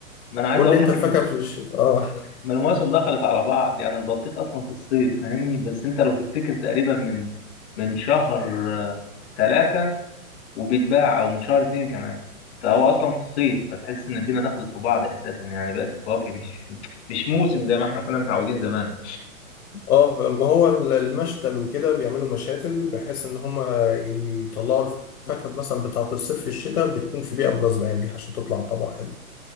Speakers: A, on the left (about 45°); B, on the left (about 75°).
A: ما انا عايز
B: قول
A: اقول
B: لي انت
A: لك
B: فاكهة
A: ان
B: في الشتاء اه
A: ما المواسم دخلت على بعض يعني البطيخ اصلا في الصيف فاهمني بس انت لو تفتكر تقريبا من من شهر آه، ثلاثة وبيتباع او من شهر اتنين كمان فهو اصلا في الصيف فتحس ان الدنيا دخلت في بعض اساسا يعني بقت الفواكه مش مش موسم زي ما احنا كنا متعودين زمان
B: اه ما هو ال- المشتل وكده بيعملوا مشاتل بحيث ان هم يطلعوا الفاكهة مثلا بتاعة الصيف في الشتاء بتكون في بيئة مناسبة يعني عشان تطلع طبعا حلو